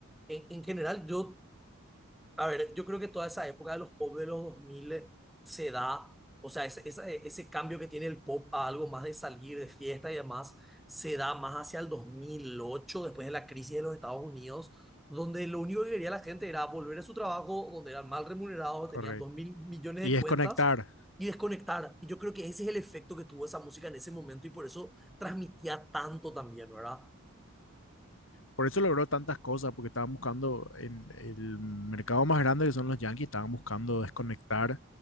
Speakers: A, in the centre; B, on the left.
A: en, en general yo a ver, yo creo que toda esa época de los pop de los 2000 se da, o sea, ese, esa- ese cambio que tiene el pop a algo más de salir de fiesta y demás, se da más hacia el dos mil ocho después de la crisis de los Estados Unidos, donde lo único que quería la gente era volver a su trabajo, donde eran mal remunerados,
B: Correcto.
A: tenían dos mil millones
B: Y
A: de cuentas
B: es conectar.
A: y desconectar. Y yo creo que ese es el efecto que tuvo esa música en ese momento y por eso transmitía tanto también, ¿verdad?
B: Por eso logró tantas cosas, porque estaban buscando en el mercado más grande que son los Yankees, estaban buscando desconectar